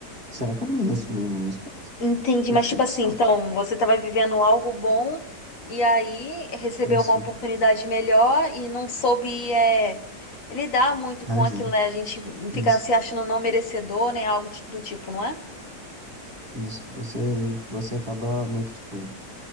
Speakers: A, on the right (about 35°); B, on the left (about 55°).
A: Será que eu mereço mesmo isso?
B: Entendi,
A: Eu
B: mas
A: fiquei
B: tipo
A: de
B: assim,
A: choque.
B: então você estava vivendo algo bom e aí recebeu
A: Isso,
B: uma oportunidade melhor e não soube é, lidar muito com
A: agi.
B: aquilo, né? A gente fica
A: Isso.
B: se achando não merecedor, né? Algo ti- do tipo, não é?
A: Isso, você, você acaba meio que tipo.